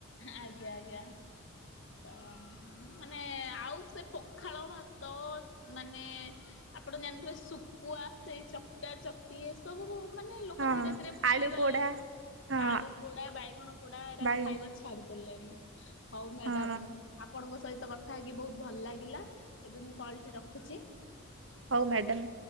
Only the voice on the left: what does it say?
ଆଜ୍ଞା ଆଜ୍ଞା। ତ ମାନେ ଆଉ ସେ ପଖାଳ ଭାତ ମାନେ ଆପଣ ଜାଣିଥିବେ ଶୁ କୁଆ ସେଇ ଚକଟା ଚକଟି ଏ ସବୁ ମାନେ ଲୋକ
ଧୀରେ ଧୀରେ ଭୁଲି
ଗଲେଣି।
ଆଳୁ ପୋଡ଼ା ବାଇଗଣ ପୋଡ଼ା ଏରା
ଛାଡ଼ି ଦେଲେଣି। ହଉ ମ୍ୟାଡାମ
ଆପଣଙ୍କ ସହିତ କଥା ହେଇକି ବହୁତ ଭଲ ଲାଗିଲା। ଏବେ ମୁଁ କଲଟି ରଖୁଛି।